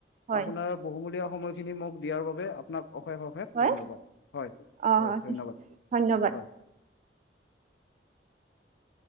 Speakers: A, on the right; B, on the left.
A: হয়
B: আপোনাৰ বহুমূলীয়া সময়খিনি মোক দিয়াৰ বাবে আপোনাক অশেষ অশেষ
A: হয়
B: ধন্যবাদ হয়
A: অ
B: হয় ধন্যবাদ
A: ধন্যবাদ
B: হয়। <inaudible>